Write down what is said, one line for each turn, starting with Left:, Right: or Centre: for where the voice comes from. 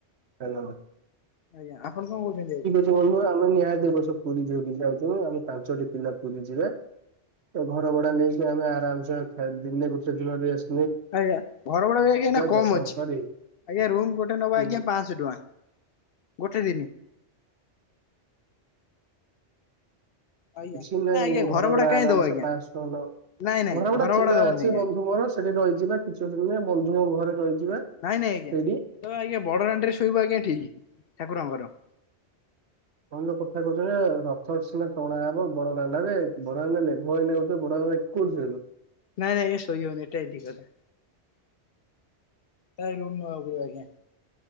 Right: ହାଲୋ।
Left: ଆଜ୍ଞା ଆପଣ କଣ କହୁଛନ୍ତି ଆଉ?
Right: ସେଇଠୁ ଆମେ ନିହାତି ଏ ବର୍ଷ ପୁରୀ ଯିବୁ ବୁଲିବାକୁ ଯାଉଛୁ ଆମେ ପାଞ୍ଚଟି ପିଲା ପୁରୀ ଯିବେ। ତ ଘର ଭଡା ନେଇକି ଆମେ ଆରାମସେ ଖାଇ ପିଇ ଦିନେ ଗୋଟେ ଦିନ ରେଷ୍ଟ୍।
Left: ଆଜ୍ଞା ଘରଭଡା ବି ଏବେ ଆଜ୍ଞା କମ
Right: ଦର୍ଶନ
Left: ଅଛି
Right: କରି
Left: ଆଜ୍ଞା ରୁମ୍ ଗୋଟେ ନବା
Right: ହୁଁ
Left: ଆଜ୍ଞା ପାଆଂସ। କେତେ ଟଙ୍କା ଗୋଟେ ଦିନ? ଆଜ୍ଞା
Right: କିଛି ନାହିଁ
Left: ନା ଆଜ୍ଞା
Right: ଘର ଭଡା
Left: କାଇଁ
Right: ଆରାମ
Left: ଦବ
Right: ସେ
Left: ଆଜ୍ଞା
Right: ପାନ୍ସ
Left: ନାଇଁ ନାଇଁ
Right: ଘର ଭଡା ଚିହ୍ନା
Left: ଦବନି
Right: ଅଛି
Left: ଆଜ୍ଞା।
Right: ବନ୍ଧୁ ମୋର। ସେଠି ରହିଯିବା କିଛି ଦିନ ବନ୍ଧୁଙ୍କ ଘରେ ରହିଯିବା
Left: ନାଇଁ ନାଇଁ ଆଜ୍ଞା
Right: ସେଇଠି
Left: ତମେ ଆଜ୍ଞା ବଡ ଦାଣ୍ଡ ରେ ଶୋଇବୁ ଆଜ୍ଞା ଠିକ୍ ଠାକୁରଙ୍କର
Right: ତମେ ଯୋଉ କଥା କହୁଛ ଯେ ରଥ ସିନା ଟଣା ହବ ବଡଡାଣ୍ଡରେ <unintelligible> ଭଡା ଆମେ ଲେଘ ହେଇଉ ବଡ <unintelligible> କୋଉଠି ଶୋଇବ?
Left: ନାଇଁ ଆଜ୍ଞା ଶୋଇହବନି ଏଟା <unintelligible> ନାଇଁ ରୁମ୍ ନବାକୁ ପଡ଼ିବ ଆଜ୍ଞା।